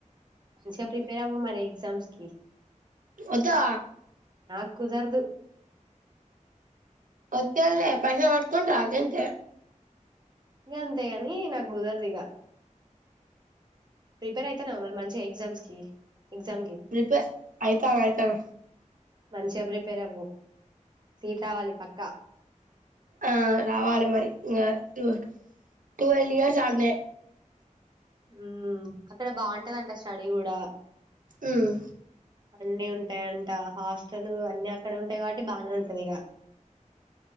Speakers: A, on the right; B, on the right.
A: పష ప్రిపేర్ అవ్వు మరి ఎగ్జామ్స్ కీ
B: వద్దా
A: నాక్ కుదరదు
B: వత్త అల్లే పైసల్ పట్టుకొని రా అంతే
A: ఇగ అంతేగాని నాకు కుదరరదు ఇగ ప్రిపేర్ అవుతానా మరి మంచి ఎగ్జామ్స్ కి ఎగ్జామ్ కి
B: ప్రిపేర్ అయితాన అయితాన
A: మంచిగా ప్రిపేర్ అవ్వు సీట్ రావాలి పక్కా
B: ఆ రావాల మరి ఇగ ట్వల్లె ఇయర్స్ ఆడనే
A: ఉ అక్కడ బాగుంటదంట స్టడీ కూడా
B: హమ్
A: అన్నీ ఉంటాయింట హాస్టల్ అన్ని అక్కడ ఉంటాయి కాబట్టి బానే ఉంటది ఇక